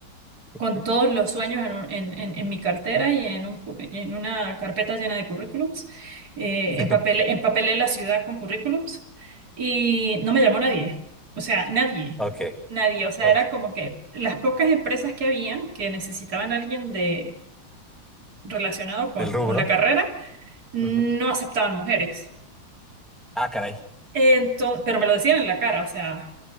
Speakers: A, on the right (about 45°); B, in the centre.
A: con
B: ¿Mm?
A: todos los sueños en, un- en- en- en mi cartera y en, un cu- y en una carpeta llena de currículums. Eh,
B: <laughs>
A: empapelé, empapelé la ciudad con currículums y no me llamó nadie. O sea, nadie.
B: Ok,
A: Nadie. O sea,
B: ok.
A: era como que las pocas empresas que habían que necesitaban a alguien de, relacionado con,
B: Del rubro.
A: con la carrera no
B: Ujú.
A: aceptaban mujeres.
B: Ah, caray.
A: Entonces, pero me lo decían en la cara. O sea,